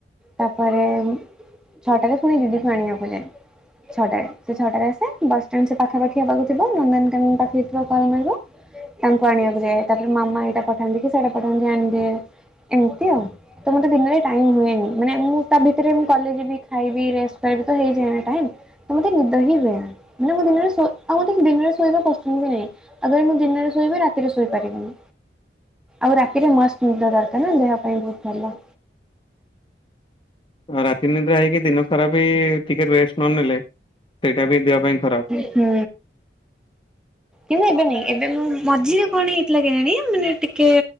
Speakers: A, in the centre; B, on the left.
A: ତାପରେ ଛଅଟାରେ ପୁଣି ଦିଦିକୁ ଆଣିବାକୁ ଯାଏ। ଛଅଟାରେ ସେ ଛଅଟାରେ ଆସେ ବସଷ୍ଟାଣ୍ଡ୍ ସେ ପାଖାପଖି ହେବାକୁ ଥିବ, ନନ୍ଦନକାନନ୍ ପାଖରେ ଥିବ କଲ୍ ମାରିବ। ତାଙ୍କୁ ଆଣିବାକୁ ଯାଏ ତାପରେ ମାମା ଏଇଟା ପଠାନ୍ତି କି ସେଇଟା ପଠାନ୍ତି ଆଣିଦିଏ ଏମତି ଆଉ। ତ ମତେ ଦିନରେ ଟାଇମ ହୁଏନି, ମାନେ ମୁଁ ତା ଭିତରେ ମୁଁ କଲେଜ୍ ଯିବି, ଖାଇବି, ରେଷ୍ଟ କରିବି, ତ ହେଇଯାଏନା ଟାଇମ୍। ତ ମତେ ନିଦ ହି ହୁଏନି ମାନେ ମୁଁ ଦିନରେ ଶୋଇ ଆଉ ମତେ ଦିନରେ ଶୋଇବା ପସନ୍ଦ ବି ନାଇଁ। ଆଗରେ ମୁଁ ଦିନରେ ଶୋଇବି ରାତିରେ ଶୋଇପାରିବିନି, ଆଉ ରାତିରେ ମସ୍ତନିଦ ଦରକାର୍ ନା ଦେହ ପାଇଁ ବହୁତ୍ ଭଲ।
B: ଆଉ ରାତି ଅନିଦ୍ରା ହେଇକି ଦିନ ସାରା ବି ଟିକେ ରେଷ୍ଟ ନନେଲେ ସେଇଟା ବି ଦେହ ପାଇଁ ଖରାପ୍।
A: ଉଁ ହୁଁ। କିନ୍ତୁ ଏବେ ନାଇଁ ଏବେ ମୁଁ ମଝିରେ କଣ ହେଇଥିଲା କେଆଣି ମାନେ ଟିକେ